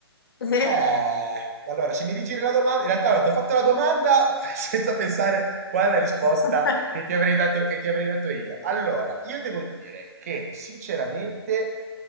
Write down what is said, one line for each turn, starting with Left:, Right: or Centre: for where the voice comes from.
Left: <laughs> Eh?
Right: Eh, allora, se mi rigiri la domanda, in realtà ti ho fatto la domanda <laughs> senza pensare qual è la risposta
Left: <laughs>
Right: che ti avrei dato, che ti avrei dato io. Allora, io devo dire che sinceramente,